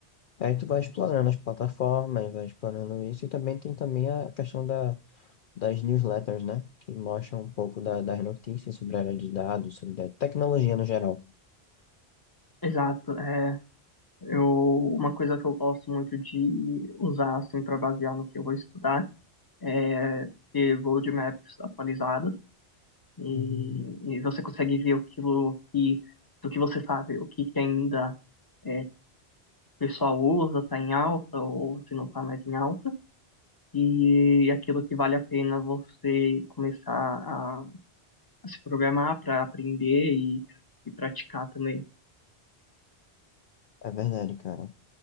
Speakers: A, on the left (about 55°); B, on the left (about 20°).
A: Aí tu vai explorando as plataformas, vai explorando isso, e também tem também a questão da, das newsletters, né? Que mostram um pouco da- das notícias sobre a área de dados, sobre a tecnologia no geral.
B: Exato. É, eu uma coisa que eu gosto muito de usar assim para basear no que eu vou estudar é ter roadmaps atualizadas e,
A: Hum,
B: e você consegue ver aquilo que do que você sabe, o que que ainda é, o pessoal usa, está em alta ou se não está mais em alta. e aquilo que vale a pena você começar a, a se programar para aprender e, e praticar também.
A: É verdade, cara.